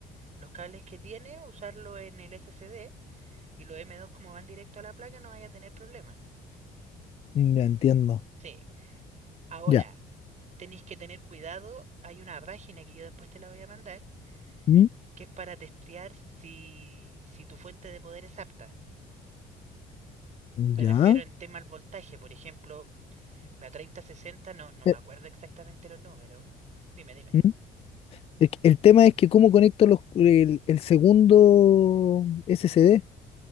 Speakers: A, on the right; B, on the left.
A: los cables que tiene, usarlo en el SSD y los M2 como van directo a la placa no vaya a tener problema.
B: Ya entiendo.
A: Sí. Ahora,
B: Ya.
A: tenéis que tener cuidado, hay una página que yo después te la voy a mandar,
B: ¿Mm?
A: que es para testear si, si tu fuente de poder es apta. Me
B: ¿Ya?
A: refiero en tema al voltaje, por ejemplo, la 3060, no, no me
B: Eh,
A: acuerdo exactamente los números. Dime, dime.
B: ¿Mm? El, el tema es que cómo conecto los, el, el segundo SSD.